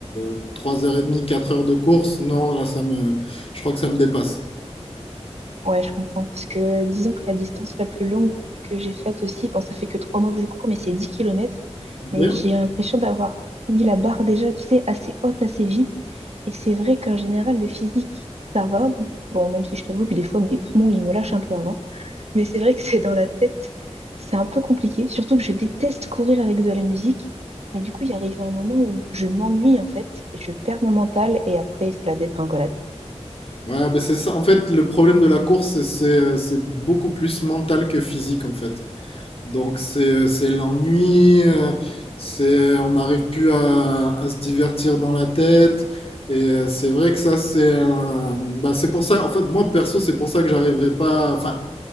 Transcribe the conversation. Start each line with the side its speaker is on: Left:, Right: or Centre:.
Left: euh, 3h30, quatre heures de course. Non, là, ça me, je crois que ça me dépasse.
Right: Ouais, je comprends. Parce que disons que la distance la plus longue que j'ai faite aussi, bon, ça fait que trois mois que je cours, mais c'est 10 kilomètres.
Left: Ok.
Right: Mais j'ai l'impression d'avoir mis la barre déjà, tu sais, assez haute, assez vite. Et c'est vrai qu'en général, le physique, ça va. Bon, même si je t'avoue que des fois, mes poumons, ils me lâchent un peu avant. Mais c'est vrai que c'est dans la tête, c'est un peu compliqué. Surtout que je déteste courir avec de la musique. Mais du coup, il arrive un moment où je m'ennuie, en fait, et je perds mon mental. Et après, c'est la dégringolade.
Left: Ouais, ben c'est ça. En fait, le problème de la course, c'est c'est beaucoup plus mental que physique en fait. Donc c'est c'est l'ennui, euh, c'est on n'arrive plus à, à se divertir dans la tête. Et euh, c'est vrai que ça c'est un- bah, c'est pour ça en fait moi perso c'est pour ça que j'arriverai pas enfin